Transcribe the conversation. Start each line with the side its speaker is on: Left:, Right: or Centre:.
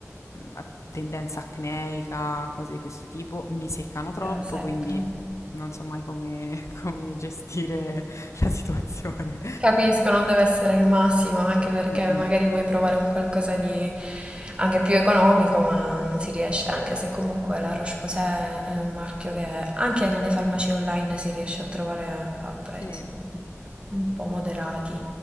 Left: a tendenza acneica, cose di questo tipo, mi seccano troppo,
Right: Gliela seccano.
Left: quindi non so mai come, <laughs> come gestire la situazione.
Right: Capisco, non deve essere il massimo, anche perché
Left: Mm, mm.
Right: magari vuoi provare un qualcosa di anche più economico, ma non si riesce, anche se comunque la Roche-Posay è un marchio che anche nelle farmacie online si riesce a trovare a prezzi
Left: Sì,
Right: un un po' moderati.